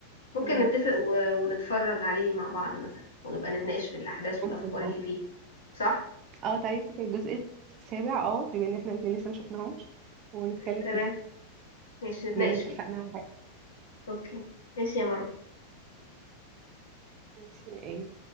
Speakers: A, on the left (about 70°); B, on the right (about 35°).
A: ممكن
B: مم.
A: نتفق و... ونتفرج عليه مع بعض مثلا ونبقى نتناقش في الاحداث والافكار
B: ممكن اه
A: اللي فيه صح
B: اه تعالي نشوف الجزء السابع اه بما ان احنا الاتنين لسه ما شفناهوش ونتكلم
A: تمام
B: فيه
A: ماشي نتناقش
B: بما ان اتفقنا
A: فيه
B: على حاجة
A: اوكي ماشي يا مروة
B: ماشي ايه